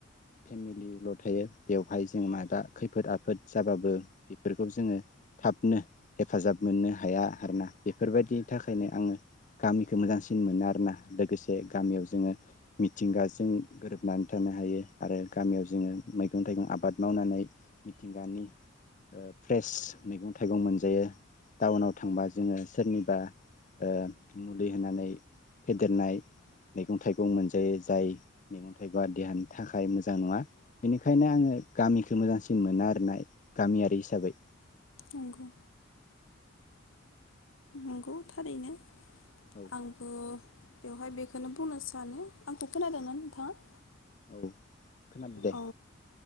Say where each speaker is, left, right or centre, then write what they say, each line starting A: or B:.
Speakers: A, on the left; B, on the left.
A: फेमिलिल थायो बेवहाय जों मायाबा खैफोद आफोद जाबाबो बेफोरखौ जोङो थाबनो हेफाजाब मोननो हाया आरोना बेफोरबायदिनि थाखायनो आङो गामिखौ मोजांसिन मोनो आरोना लोगोसे गामियाव जोङो मिथिंगाजों गोरोबनानै थानो हायो आरो गामियाव जोङो मैगं थाइगं आबाद मावनानै मिथिंगानि ओ फ्रेस मैगं थाइगं मोनजायो टाउनाव थांबा जोङो सोरनिबा ओ मुलि होनानै फेदेरनाय मैगं थाइगं मोनजा जायो जाय मैगं थाइगङा देहानि थाखाय मोजां नङा बेनिखायनो आङो गामिखौ मोजांसिन मोनो आरोना गामियारि हिसाबै
B: नंगौ नंगौ थारैनो
A: औ
B: आंबो बेवहाय बेखौनो बुंनो सानो आंखौ खोनादोंना नोंथाङा?
A: ओव खोनादो दे
B: औ